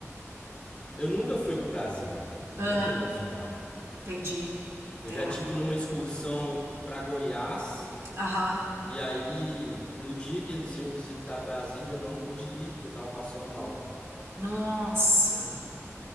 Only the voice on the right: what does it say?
Ah,
entendi.
É.
Aham.
Nossa.